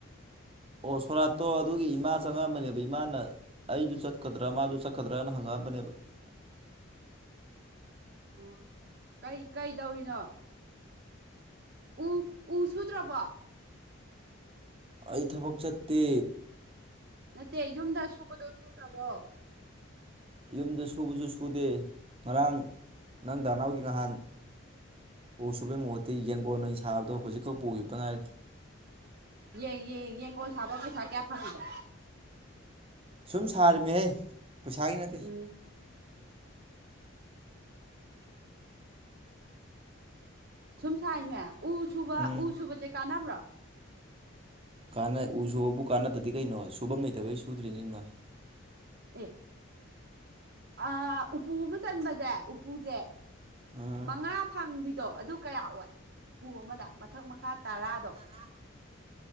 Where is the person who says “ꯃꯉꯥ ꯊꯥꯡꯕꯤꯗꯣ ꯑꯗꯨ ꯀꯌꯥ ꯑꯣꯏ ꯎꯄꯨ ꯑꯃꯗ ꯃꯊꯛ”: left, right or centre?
Right